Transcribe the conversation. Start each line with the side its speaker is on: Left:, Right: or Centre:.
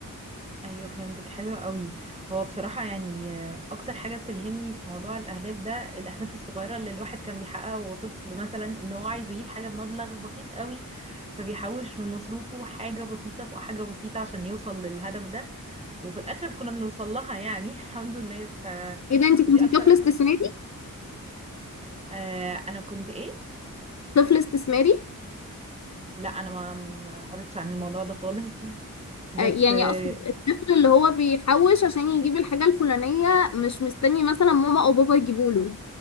Right: ايوه فهمتك حلو قوي هو بصراحه يعني آه، اكتر حاجه بتلهمني في موضوع الاهداف ده الاهداف الصغيره اللي الواحد كان بيحققها وهو طفل مثلا ان هو عايز يجيب حاجه بمبلغ بسيط قوي فبيحوش من مصروفه حاجه بسيطه فوق حاجه بسيطه عشان يوصل للهدف ده وفي الاخر كنا بنوصل لها يعني <laughs> الحمد لله ف
Left: ايه ده انت كنتي
Right: دي اكتر
Left: طفل استثماري
Right: آه انا كنت ايه
Left: طفل استثماري
Right: لا انا ما ما قريتش عن الموضوع ده خالص <laughs> بس
Left: آه، يعني
Right: آه،
Left: اقصد الطفل اللي هو بيحوش عشان يجيب الحاجة الفلانية مش مستني مثلا ماما او بابا يجيبوا له